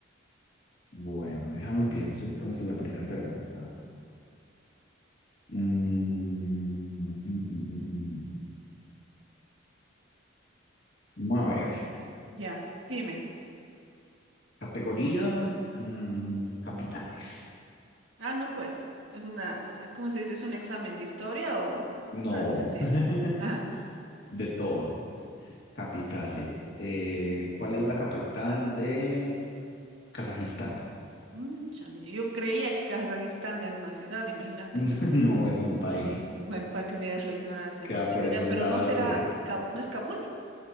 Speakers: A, on the left; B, on the right.
A: Bueno, déjame pienso entonces la primera pregunta. Mm, mm, mm, mm, mm. Vamos a ver.
B: Ya, dime.
A: Categoría mm, capitales.
B: Ah, no, pues, es una, es como se dice, es un examen de historia o
A: No,
B: para divertirse.
A: <laughs>
B: <laughs> Ajá.
A: de todo. Capitales. Eh, ¿cuál es la capital de Kazajistán?
B: Mm, chani. Yo creía que Kazajistán era una ciudad, imagínate.
A: <laughs> No es un país.
B: Bueno, para que veas la ignorancia,
A: Queda
B: no tengo
A: por
B: idea,
A: esos
B: pero
A: lados
B: no será,
A: de
B: Ka- no es Kabul,